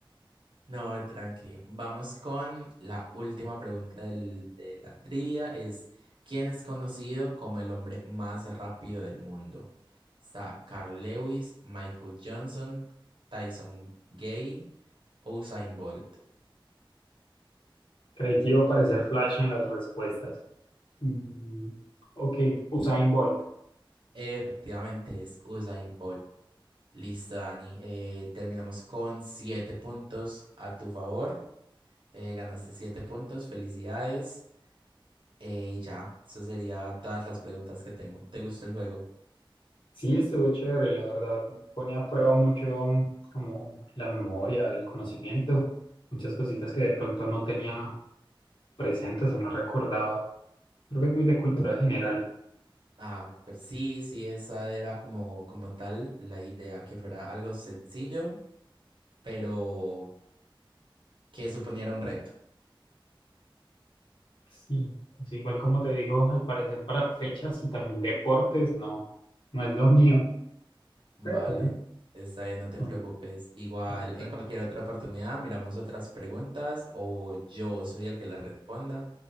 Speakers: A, on the right; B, on the left.
A: No, tranqui. Vamos con la última pregunta del- de la trivia. Es, ¿quién es conocido como el hombre más rápido del mundo? Está Carl Lewis, Michael Johnson, Tyson Gay, Usain Bolt.
B: Creí que iba a aparecer Flash en las respuestas. Mm, ok, Usain Bolt.
A: Efectivamente es Usain Bolt. Listo, Dani. Eh, terminamos con siete puntos a tu favor. Eh, ganaste siete puntos. Felicidades. Eh, ya, eso sería todas las preguntas que tengo. ¿Te gustó el juego?
B: Sí, estuvo chévere, la verdad. Pone a prueba mucho mm, como la memoria, el conocimiento, muchas cositas que de pronto no tenía presentes o no recordaba. Creo que es muy de cultura general.
A: Ah, pero sí, sí, esa era como, como tal la idea, que fuera algo sencillo, pero que suponiera un reto.
B: Sí, pues igual como te digo, al parecer para fechas y también deportes, no, no es lo <laughs> mío,
A: Vale,
B: pero bueno,
A: está bien, no te
B: vamos
A: preocupes.
B: a
A: Igual,
B: intentar.
A: en cualquier otra oportunidad, miramos otras preguntas o yo soy el que las responda